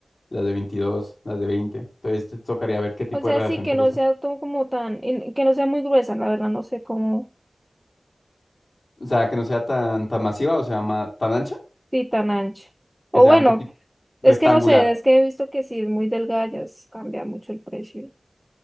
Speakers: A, on the left; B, in the centre.
A: las de 22, las de 20. Entonces te tocaría ver qué tipo
B: o sea,
A: de relación
B: sí, que
A: te gusta.
B: no sea todo como tan, y que no sea muy gruesa, la verdad, no sé cómo,
A: O sea, que no sea tan, tan masiva, o sea, ma- tan ancha,
B: sí, tan ancha. O
A: que sea
B: bueno,
A: un poquito rectangular.
B: es que no sé, es que he visto que si es muy delgada ya es- cambia mucho el precio